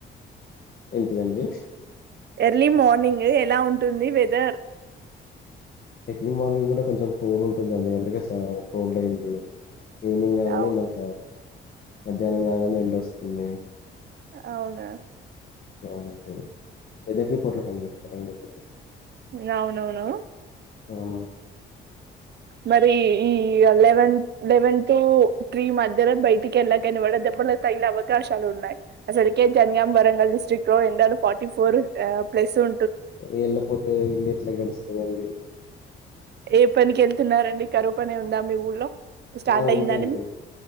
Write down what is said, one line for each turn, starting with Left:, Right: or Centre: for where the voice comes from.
Left: ఏంటిదండి
Right: ఎర్లీ మార్నింగు ఎలా ఉంటుంది వెదర్
Left: ఎర్లీ మార్నింగ్ కూడా కొంచెం కూల్ ఉంటుందండి అందుకే స కోల్డ్ అయ్యింది ఈవనింగ్ కాంగానే
Right: అవు
Left: మళ్ళ మధ్యాహ్నం కాంగానే ఎండొస్తుంది
Right: అవునా
Left: ఏం అనిపీదు వెదర్ రిపోర్ట్ లో పనిచేస్తారా అండి మీరు
Right: నవునవును
Left: అవునా
Right: మరి ఈ అ లెవెన్ లెవెన్త్ త్రీ మధ్యలో బయటికెళ్ళకండి వడ దెబ్బల తగిలే అవకాశాలు ఉన్నాయి అసలుకే జన్గాం వరంగల్ డిస్ట్రైక్ట్ లో ఎండలు ఫార్టీ ఫోర్ ఆ ప్లస్ ఉ
Left: వెళ్ళపోతే ఇల్లెట్లా గడుస్తుదండి
Right: ఏ పనికి వెళ్తున్నారండి కరువుపనే ఉందా మీ ఊళ్ళో స్టార్ట్
Left: ఆ ఉంది
Right: అయిందాని
Left: అండి